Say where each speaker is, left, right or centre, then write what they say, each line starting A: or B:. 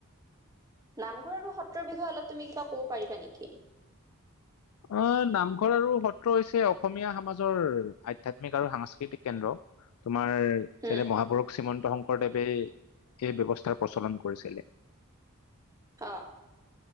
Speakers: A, on the right; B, on the left.
A: নামঘৰ আৰু সত্ৰৰ বিষয়ে অলপ তুমি কিবা কব পাৰিবা নেকি
B: আহ নামঘৰ আৰু সত্ৰ হৈছে অসমীয়া সমাজৰ আধ্যয়াত্মিক আৰু সাংস্কৃতিক কেন্দ্ৰ তোমাৰ
A: হুম।
B: যেনে মহাপুৰুষ শ্ৰীমন্ত শংকৰ শংকৰদেৱে এই ব্যৱস্থাৰ প্ৰচলন কৰিছিলে
A: অঁ